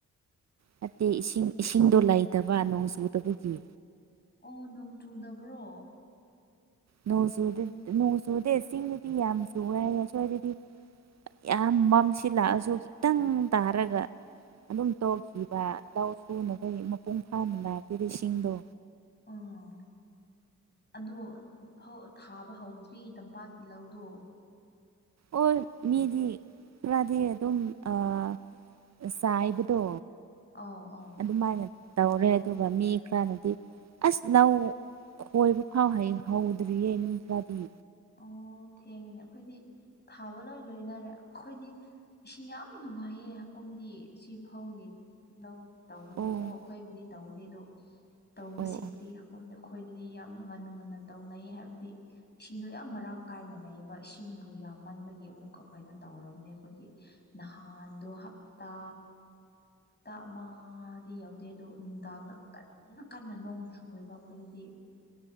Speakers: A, on the right (about 50°); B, on the left (about 30°).
A: ꯅꯠꯇꯦ ꯏꯁꯤꯡ ꯏꯁꯤꯡꯗꯣ ꯂꯩꯇꯕ ꯅꯣꯡ ꯆꯨꯗꯕꯒꯤ
B: ꯑꯣ ꯅꯣꯡ ꯆꯨꯗꯕ꯭ꯔꯣ
A: ꯅꯣꯡ ꯆꯨꯗꯦ
B: ꯑꯣ
A: ꯅꯣꯡ ꯆꯨꯗꯦ ꯆꯤꯡꯗꯗꯤ ꯌꯥꯝ ꯆꯨꯋꯦ ꯍꯥꯏꯌꯦ ꯑꯁ꯭ꯋꯥꯏꯗꯗꯤ ꯌꯥꯝ ꯃꯝꯁꯤꯜꯂꯥꯛꯑꯁꯨ ꯈꯤꯇꯪ ꯇꯥꯔꯒ ꯑꯗꯨꯝ ꯇꯣꯛꯈꯤꯕ ꯂꯧ ꯁꯨꯅꯕꯩ ꯃꯄꯨꯡ ꯐꯥꯅ ꯂꯥꯛꯇꯦꯕ ꯏꯁꯤꯡꯗꯣ
B: ꯑꯥ ꯑꯗꯣ ꯐꯧ ꯊꯥꯕ ꯍꯧꯗ꯭ꯔꯤ ꯇꯝꯄꯥꯛꯀꯤ ꯂꯧꯗꯣ
A: ꯑꯣ ꯃꯤꯗꯤ ꯈꯔꯗꯤ ꯑꯗꯨꯝ ꯑꯥ ꯑꯆꯥꯏꯕꯗꯣ
B: ꯑꯧ ꯑꯣ
A: ꯑꯗꯨꯃꯥꯏꯅ ꯇꯧꯔꯦ ꯑꯗꯨꯒ ꯃꯤ ꯈꯔꯅꯗꯤ ꯑꯁ ꯂꯧ ꯈꯣꯏꯕ ꯐꯥꯎ ꯍꯩ ꯍꯧꯗ꯭ꯔꯤꯌꯦ ꯃꯤ ꯈꯔꯗꯤ
B: ꯑꯣ ꯊꯦꯡꯉꯦꯅꯦ ꯑꯩꯈꯣꯏꯗꯤ ꯊꯥꯕ ꯂꯣꯏ ꯂꯣꯏꯅꯔꯦ ꯑꯩꯈꯣꯏꯗꯤ ꯏꯁꯤꯡ ꯌꯥꯝ ꯅꯨꯡꯉꯥꯏꯌꯦ ꯍꯀꯨꯝꯗꯤ ꯑꯁꯤ ꯐꯧꯒꯤ ꯂꯧ ꯇꯧꯕꯗꯨꯀꯣ
A: ꯑꯣ
B: ꯑꯩꯈꯣꯏꯕꯨꯗꯤ ꯇꯧꯗꯦ ꯑꯗꯣ ꯇꯧꯕꯁꯤꯡꯕꯨꯗꯤ
A: ꯑꯣ ꯑꯣ
B: ꯍꯀꯨꯝꯗ ꯑꯩꯈꯣꯏꯗꯗꯤ ꯌꯥꯝ ꯉꯟ ꯉꯟꯅ ꯇꯧꯅꯩ ꯍꯥꯏꯕꯗꯤ ꯏꯟꯅꯣ ꯌꯥꯝ ꯃꯔꯥꯡ ꯀꯥꯏꯅ ꯂꯩꯌꯦꯕ ꯏꯁꯤꯡꯕꯨ ꯌꯥꯝꯃꯟꯕꯒꯤ ꯑꯃꯨꯛꯀ ꯀꯩꯅꯣ ꯇꯧꯔꯕꯅꯦ ꯑꯈꯣꯏꯗꯤ ꯅꯍꯥꯟ ꯗꯣ ꯍꯞꯇꯥ ꯇꯥ ꯑꯃꯗꯤ ꯌꯧꯗꯦ ꯑꯗꯣ ꯅꯨꯡꯗꯥꯡꯗ ꯀꯟ ꯅ ꯀꯟꯅ ꯅꯣꯡ ꯆꯨꯋꯦꯕ ꯑꯩꯈꯣꯏꯗꯗꯤ